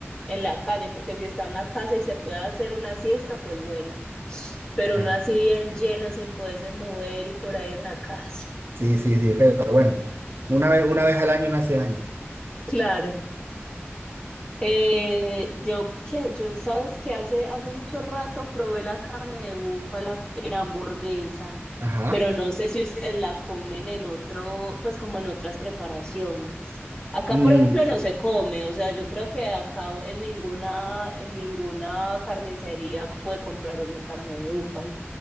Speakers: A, on the left (about 20°); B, on the right (about 60°).
A: en la calle, porque si está en la casa y se puede hacer una siesta, pues bueno. Pero
B: Ah,
A: uno así bien lleno, sin poderse mover y por ahí en la <laughs> calle.
B: sí, sí, sí, feo, pero bueno. Una vez, una vez al año no hace daño.
A: Claro. Eh, yo que yo sabes que hace hace mucho rato probé la carne de búfala en hamburguesa,
B: Ajá.
A: pero no sé si ustedes la comen en otro, pues como en otras preparaciones. Acá,
B: Mm,
A: por ejemplo, no se come, o sea, yo creo que acá en ninguna en ninguna carnicería puede comprar uno carne de búfala.